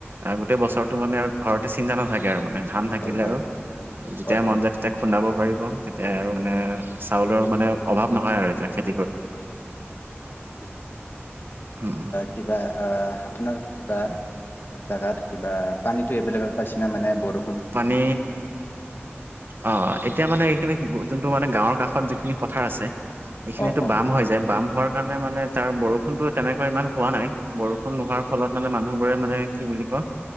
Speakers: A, on the right; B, on the left.
A: গোটেই বছৰৰতটো মানে আৰু ঘৰতে চিন্তা নাথাকে আৰু মানে। ধান থাকিলে
B: হয় হয়
A: আৰু যেতিয়াই
B: হয় হয়
A: মন যায় তেতিয়া খুন্দাব পাৰিব তেতিয়াই আৰু
B: হয়
A: মানে চাউলৰ মানে অভাৱ নহয় আৰু এতিয়া খে -
B: হয় ঠিক আছে
A: উম
B: কিবা আ আপোনাৰ কিবা জাগাত কিবা পানীটো এভেইলেবল পাইছনে মানে বৰ
A: পানী অ এতিয়া মানে এইখিনি যোন টো মানে গাঁৱৰ কাষত যিখিনি পথাৰ আছে এইখিনিতো
B: অ অ
A: বাম হৈ যায় বাম হোৱাৰ কাৰণে মানে তাৰ বৰষুণতো তেনেকুৱা ইমান হোৱা নাই বৰষুণ নোহোৱাৰ ফলত মানে মানুহবোৰে মানে কি বুলি কয়? অ